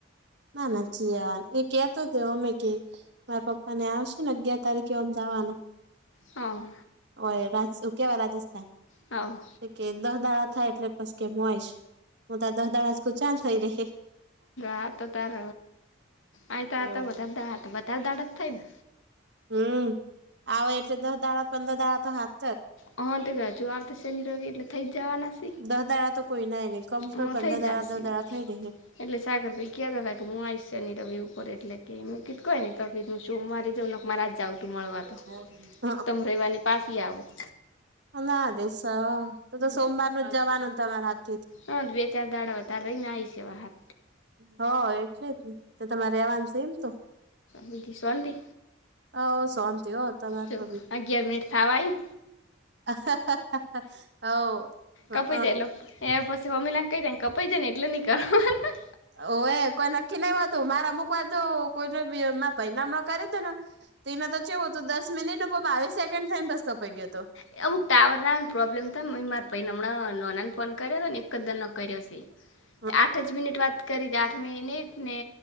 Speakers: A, on the right; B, on the left.
A: ના ના જઈ આવાનું એ કેય તો તો અમે કે મારા પપ્પા ને આવશે ને અગિયાર તારીખે ઓમ જવાના
B: હા.
A: <unintelligible> રાજસ્થાન
B: હોવ.
A: કે દહ દાડા થાય એટલે પછી કે મોય આઈશ હું તો દસ દાડા <unintelligible>
B: આતો તાર આ તો આ
A: એવું
B: તો વધારે દાડા જ થાય ને.
A: હમ આવે એટલે દસ દાડા પંદર દાડા તો હાથ
B: હા તો કજુ આવ શનિ, રવી એટલે થઈ જ જવાના છે.
A: દહ દાડા તો કોઈ ના નહી કમ પણ
B: હ
A: પંદર
B: થઈ
A: દાડા
B: જશે
A: દસ દાડા થઈ રહી.
B: એટલે સાગર ભાઈ કેતાતા કે હું આઈશ શની, રવિ ઉપર એટલે કે મે કીધું કઈ નહીં તો કીધું મારે સોમવાર જાઉ તું મળવા તો
A: <unintelligible>
B: તમ રવિવારની પાછી આવત
A: ના દેસ તો તો સોમવારનું જવાનું ત મારા હ
B: હા બે ચાર દાડા વધારે રેહીને આ આવીશું હા.
A: હા, એટલે જ ને તે તમારે રેવાનું છે એમ તો.
B: બીજી શાંતિ
A: હોવ શોતી હો. તમાર
B: તો
A: કો
B: અગિયાર મિનિટ થાવા આઈ.
A: <unintelligible> હોવ <unintelligible>
B: કપાઈ જાય એટલે એ પછી હોમીને કઈ કપાઈ જાય ને એટલે નહીં કરવાનો.
A: હોવે કોઈ નક્કી નઈ હોતું મારે અમુક વાર કોઈને ભી મારા ભઈ ના મા કર્યુંતુ ને તે એના તો ચવો તો દસ મિનિટ બાવીસ સેકન્ડ થઈ બસ કપાઈ ગયો હતો.
B: એ અમુક ટાવરને પ્રોબ્લેમ તો માર પઈને હમણાં નાનાને ફોન કર્યો હતોને એક જદર નો કર્યોશે.
A: <inaudible>
B: તે આઠ જ મિનિટ વાત કરી દે આઠમી મિનિટ ને